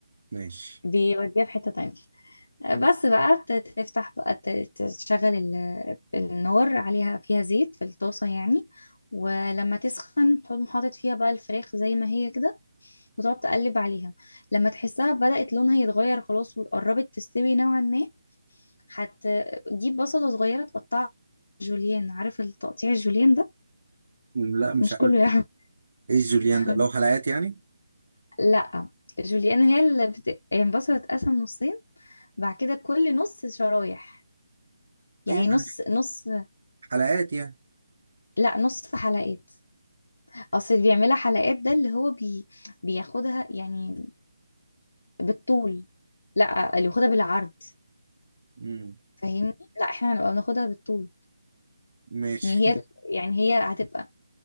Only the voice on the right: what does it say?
ماشي
طب،
لا مش
عارف
ايه جوليان
ده لو حلقات يعني
ايوه
يعني
حلقات يعني
مم.
ماشي